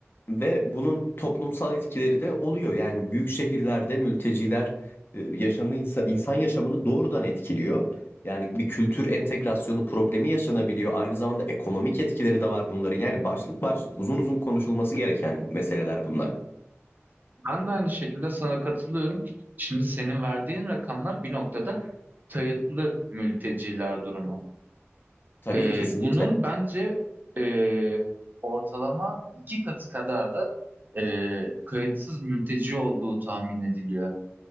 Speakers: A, on the left; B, on the right.
A: ve bunun toplumsal etkileri de oluyor. Yani büyük şehirlerde mülteciler e, yaşamı insan, insan yaşamını doğrudan etkiliyor. Yani bir kültür entegrasyonu problemi yaşanabiliyor. Aynı zamanda ekonomik etkileri de var bunların. Yani başlık başlık uzun uzun konuşulması gereken meseleler bunlar.
B: Ben de aynı şekilde sana katılıyorum. Şimdi senin verdiğin rakamlar bir noktada kayıtlı mülteciler durumu.
A: Tabii
B: Ee,
A: kesinlikle.
B: bunun bence e, ortalama iki katı kadar da e, kayıtsız mülteci olduğu tahmin ediliyor.